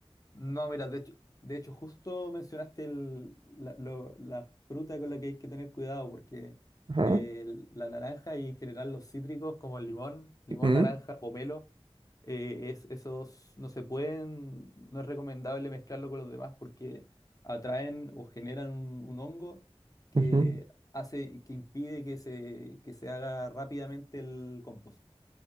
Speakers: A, on the left (about 35°); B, on the right (about 55°).
A: No, mira, de hecho, de hecho justo mencionaste el- la, lo- la fruta con la que hay que tener cuidado, porque
B: Ajá.
A: eh, la naranja y en general los cítricos como el limón, limón,
B: ujú,
A: naranja, pomelo, eh, es, esos no se pueden, no es recomendable mezclarlo con los demás porque atraen o generan un, un hongo que
B: ujú.
A: hace, que impide que se, que se haga rápidamente el compost.